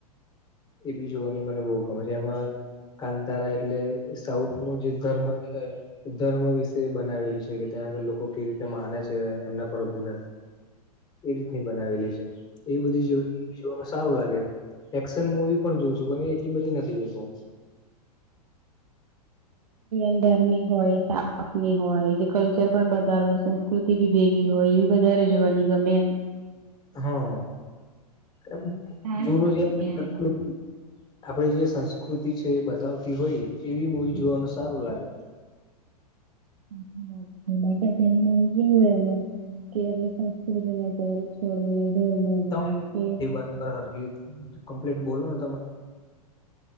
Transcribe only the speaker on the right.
ન ધાર્મિક હોય, સાપની હોય, કલ્ચર પણ બતાવે છે. સ્કૃતિ ભેગી હોય એવી વધારે જોવાની ગમે એમ.
સારી
બાબત
કહેવાય
<unintelligible> <unintelligible>
કે